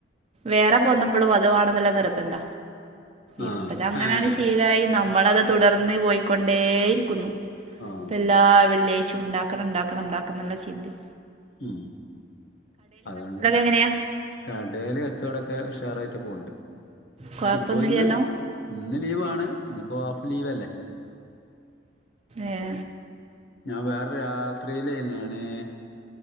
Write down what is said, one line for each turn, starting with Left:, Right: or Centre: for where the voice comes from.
Right: വേറെ പോന്നപ്പോളും അത് വാണന്നുള നിർബന്ത
Left: ആഹ്
Right: ഇപ്പത അങ്ങനാണ്
Left: ഏഹ്
Right: ശീലമായി നമ്മളത് തുടർന്ന് പോയിക്കൊണ്ടേയിരിക്കുന്നു
Left: ആഹ്
Right: പ്പല്ലാ
Left: അതന്നെ
Right: വെള്ളിയാഴ്ച്ചും ഇണ്ടാക്കണം ഉണ്ടാക്കണം ഉണ്ടാക്കണം ന്നിള്ള ചിന്ത
Left: ഉം. അതോണ്ട്
Right: എങ്ങനെയാ
Left: കടേല് കച്ചോടൊക്കെ ഉഷാറായിട്ട് പോവ്ണ്ട്.
Right: കൊയപ്പൊന്നില്ലല്ലോ?
Left: ഇപ്പോ ഇന്ന് ഇന്ന് ലീവാണ് ഇന്നിപ്പോൾ ഹാഫ് ലീവലേ.
Right: ഏഹ്.
Left: ഞാ വേറെ യാത്രിലെന് ഞാന്.